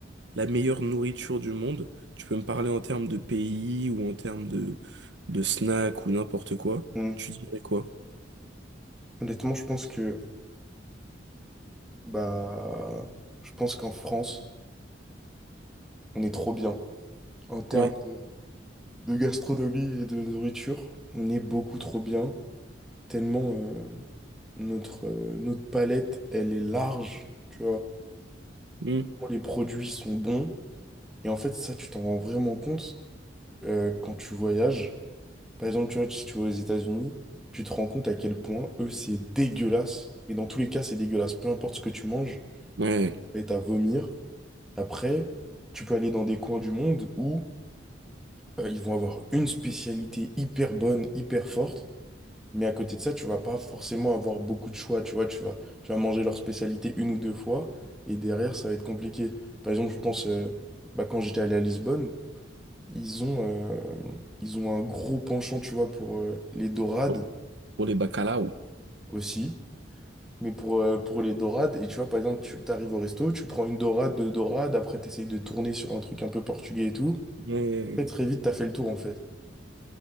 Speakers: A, on the right; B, in the centre.
A: la meilleure nourriture du monde. Tu peux me parler en termes de pays ou en termes de, de snacks ou n'importe quoi.
B: Mmh.
A: Tu dirais quoi?
B: Honnêtement, je pense que bah je pense qu'en France, on est trop bien. En termes
A: Ouais.
B: de, de gastronomie et de nourriture, on est beaucoup trop bien. Tellement euh, notre, euh, notre palette, elle est large, tu vois.
A: Hmm.
B: Bon, Les produits sont bons. Et en fait, ça, tu t'en rends vraiment compte euh, quand tu voyages. Par exemple, tu vois, si tu vas aux États-Unis, tu te rends compte à quel point, eux, c'est dégueulasse. Mais dans tous les cas, c'est dégueulasse. Peu importe ce que tu manges,
A: Ouais.
B: et t'as à vomir. Après, tu peux aller dans des coins du monde où euh, ils vont avoir une spécialité hyper bonne, hyper forte, mais à côté de ça, tu vas pas forcément avoir beaucoup de choix, tu vois, tu vas, tu vas manger leur spécialité une ou deux fois, et derrière, ça va être compliqué. Par exemple, je pense, euh, bah, quand j'étais allé à Lisbonne, ils ont, euh, ils ont un gros penchant, tu vois, pour euh, les dorades
A: Pour, pour les bacalao.
B: aussi. Mais pour, euh, pour les dorades, et tu vois, par exemple, tu arrives au resto, tu prends une dorade, deux dorades, après tu essayes de tourner sur un truc un peu portugais et tout.
A: Ouais.
B: Très très vite, t'as fait le tour en fait.